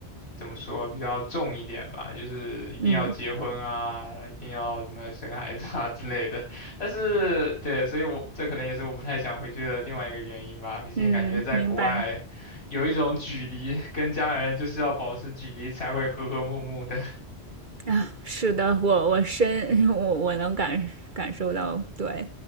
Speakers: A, on the left (about 65°); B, on the right (about 50°).
A: 怎么说比较重一点吧，就是一定要结婚啊，
B: 嗯
A: 一定要什么生孩子啊 <laughs> 之类的。但是对，所以我这可能也是我不太想回去的另外一个原因吧。毕竟感觉在国外有一种距离，
B: 嗯，明白。
A: 跟家人就是要保持距离才会和和睦睦的。
B: 啊，是的，我我深 <laughs> 我我能感感受到，对，